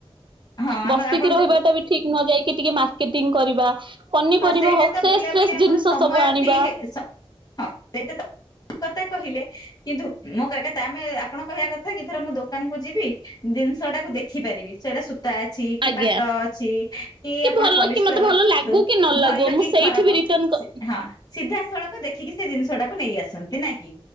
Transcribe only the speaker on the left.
ହଁ ଆମେ
ଆପଣ
ଯୋଉ
ହଁ ସେଇଟା
ତ
ବୁଲାବୁଲି
ଆମର
ସମୟ
ଫ୍ରି ହେ ହଁ ସେଇଟା ତ ଠିକ୍ କଥା କହିଲେ କିନ୍ତୁ ମୋ କଥା ଆମେ ଆପଣ କହିବା କଥା। ଥରେ ଦିଥର ମୁଁ ଦୋକାନକୁ ଯିବି ଜିନିଷଟାକୁ ଦେଖି ପାରିବି ସେଇଟା ସୁତା। ଅଛି କି
ପାଟ ଅଛି କି ଆପଣ
ପଲିଷ୍ଟର୍
କୁହନ୍ତୁ।
ଭଲ
କି
ଖରାପ
ହଁ ସିଧାସଳଖ ଦେଖିକି ସେ ଜିନିଷ ଟାକୁ ନେଇ ଆସନ୍ତି ନା କି